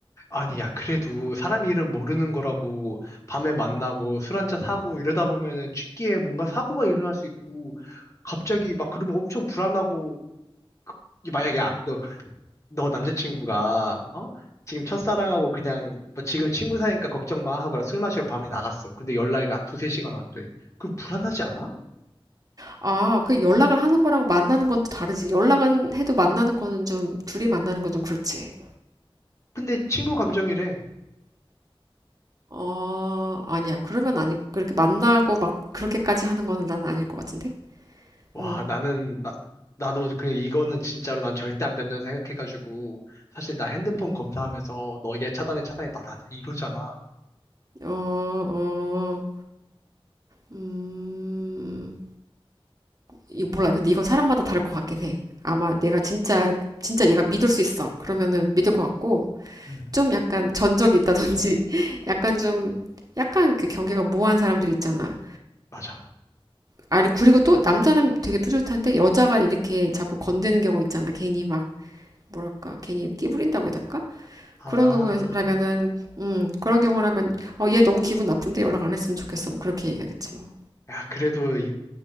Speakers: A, on the left; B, on the right.
A: 아니, 야, 그래도 사람 이름 모르는 거라고 밤에 만나고 술 한잔 사고 이러다 보면은 취기에 뭔가 사고가 일어날 수 있고 갑자기 막 그러면 엄청 불안하고 그- 만약에 야, 너 너 남자친구가 어? 지금 첫사랑하고 그냥 뭐 지금 친구 사이니까 걱정 마 하고 술 마시러 밤에 나갔어. 근데 연락이 가 두세 시간 안 돼. 그럼 불안하지 않아?
B: 아, 그 연락을 하는 거랑 만나는 건 또 다르지. 연락은 해도 만나는 거는 좀, 둘이 만나는 건 좀 그렇지.
A: 근데 친구 감정이래.
B: 어, 아니야. 그러면 아니, 그렇게 만나고 막 그렇게까지 하는 거는 난 아닐 것 같은데?
A: 와
B: 어,
A: 나는 나 나도 그냥 이거는 진짜로 난 절대 안 된다는 생각해가지고 사실 나 핸드폰
B: 음,
A: 검사하면서 너 얘 차단해 차단해 나나 이러잖아.
B: 어, 어, 음, 이 몰라. 근데 이건 사람마다 다를 것 같긴 해. 아마 내가 진짜, 진짜 얘가 믿을 수 있어. 그러면은 믿을 것 같고,
A: 음
B: 좀 약간 전적이 있다든지, <laughs> 약간 좀, 약간 그 경계가 모호한 사람들 있잖아.
A: 맞아.
B: 아니, 그리고 또 남자는 되게 뿌듯한데 여자가 이렇게 자꾸 건드는 경우 있잖아. 괜히 막 뭐랄까, 괜히 끼부린다고 해야 될까?
A: 아
B: 그런 경우라면은, 음, 그런 경우라면, 어, 얘 너무 기분 나쁜데 연락 안 했으면 좋겠어. 뭐 그렇게 얘기하겠지 뭐.
A: 야 그래도 이-